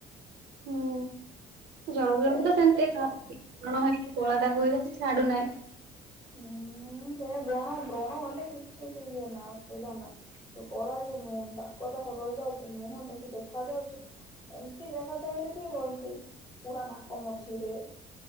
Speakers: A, on the right (about 80°); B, on the left (about 25°).
A: ହୁଁ ଜଣ ଜଣକ
B: ଏ
A: ତ
B: ଟୋଟାଲ
A: ସେମିତି ଏକା ହୁଅନ୍ତି। ବ୍ରଣ ହେଇକି କଳା ଦାଗ ହେଇଯାଉଚି ଛାଡୁନାହିଁ।
B: ହୁଁ ସେ ବ୍ରଣ ବ୍ରଣ ହେଲେ କିଛି ବି ହଏ ନା ଅସୁବିଧା ନାହିଁ। ଯୋଉ କଳା ଯୋଉ ଦାଗ ଜା କ ରହିଯାଉଛି ମୁହଁ ଯେମିତି ଦେଖା ଯାଉଛି। ଏମତି ଜାଗା ଚାହିଁରେ କି ହନ୍ତି ପୁରା ନାକ ମଝିରେ।